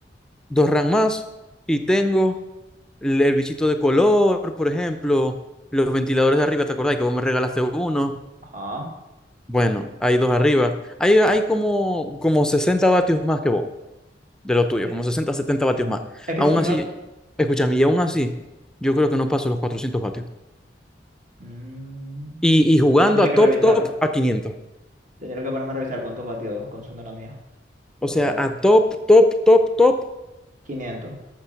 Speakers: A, in the centre; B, on the right.
A: dos RAM más y tengo el, el bichito de color, por ejemplo, los ventiladores de arriba, ¿te acordás que vos me regalaste uno?
B: Ajá.
A: Bueno, hay dos arriba. Hay, hay como, como 60 vatios más que vos, de lo tuyo,
B: Sí,
A: como 60 70 vatios más.
B: Es que
A: Aún
B: si
A: así,
B: no...
A: escúchame, y aún así, yo creo que no paso los 400 vatios.
B: Mm,
A: Y, y jugando
B: yo tendría
A: a top,
B: que revisar.
A: top, a quinientos
B: Tendría que ponerme a revisar cuántos vatios consume la mía.
A: O
B: Porque
A: sea,
B: verá que
A: a top, top, top, top,
B: 500,